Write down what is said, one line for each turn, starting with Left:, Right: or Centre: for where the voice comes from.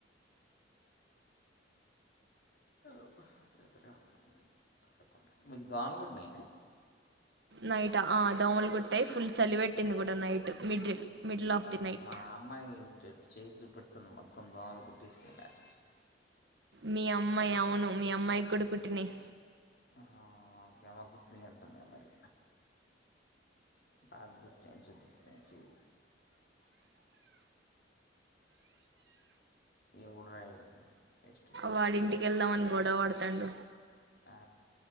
Left: అబ్బా నిద్రే వస్తుంది పడుకుంటా మీకు దోమలుకుట్టినాయ
Right: నైట్ ఆ దోమలు కుట్టాయి ఫుల్ చలి పెట్టింది కూడా night middle middle of
Left: పాపం
Right: the నైట్
Left: మా అమ్మాయి ఎట్టె చేయి చూపెడుతుంది మొత్తం దోమలు కుట్టేసినాయి
Right: మీ అమ్మాయి అవును మీ అమ్మాయి కూడా కుట్టినయ్
Left: ఆహా ఒకే <unintelligible> కుట్టినాయ్ అంటుంది మరి బాగ కుట్టినాయ్ చూపిస్తుంది చెయ్ ఎవడ్రా వీడు
Right: వాడింటికి వెళ్దాం అని గొడవ వడతాండు
Left: ఆ